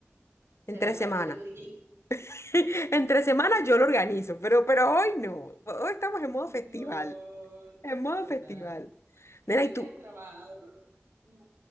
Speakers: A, on the right (about 70°); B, on the left (about 85°).
A: será
B: en tres
A: plan
B: semanas.
A: de otro día.
B: <laughs> En tres semanas <laughs> yo lo organizo, pero, pero hoy no. Hoy estamos en modo
A: No,
B: festival. En modo
A: total.
B: festival.
A: Y
B: Nena,
A: hoy
B: ¿y
A: día
B: tú?
A: es el trabajador. Mm,